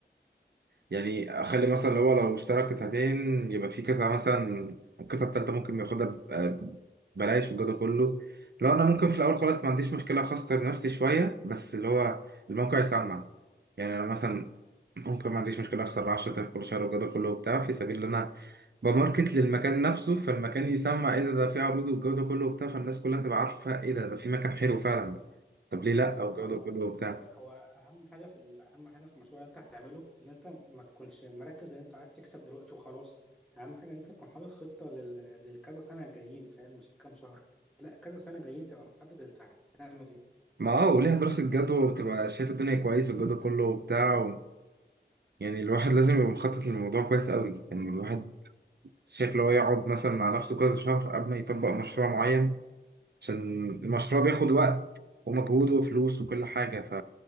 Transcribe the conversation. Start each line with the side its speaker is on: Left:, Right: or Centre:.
Right: يعني اخلي مثلا اللي هو لو اشترى قطعتين يبقى في كذا مثلا القطعه التالته ممكن ياخدها ب- بلاش والجو ده كله لو انا
Centre: مم.
Right: ممكن في الاول خالص ما عنديش مشكله اخسر نفسي شويه بس اللي هو الموقع يسمع يعني انا مثلا ممكن ما عنديش مشكلة أخسر 10000 كل شهر والجو ده كله وبتاع في سبيل إن أنا بماركت
Centre: بالظبط
Right: للمكان نفسه فالمكان يسمع إيه ده ده في عروض والجو ده كله وبتاع فالناس كلها تبقى عارفة إيه ده ده في مكان حلو فعلا طب ليه لأ
Centre: بالظبط
Right: والجو
Centre: هو
Right: ده كله وبتاع
Centre: خلي بالك هو اهم حاجه في ال- اهم حاجه في المشروع اللي انت هتعمله اللي انت ما تكونش مركز ان انت عايز تكسب دلوقتي وخلاص اهم حاجه ان انت تكون حاطط خطه لل... للكذا سنه الجايين فاهم مش الكام شهر لا كذا سنه جايين تبقى محدد انت هتعمل ايه
Right: ما أه وليها دراسة جدوى وبتبقى شايف الدنيا كويس والجو ده كله وبتاع و... يعني الواحد لازم يبقى مخطط للموضوع كويس قوي يعني الواحد شايف لو يقعد مثلا مع نفسه كذا شهر قبل ما يطبق مشروع معين عشان المشروع بياخد وقت ومجهود وفلوس وكل حاجة ف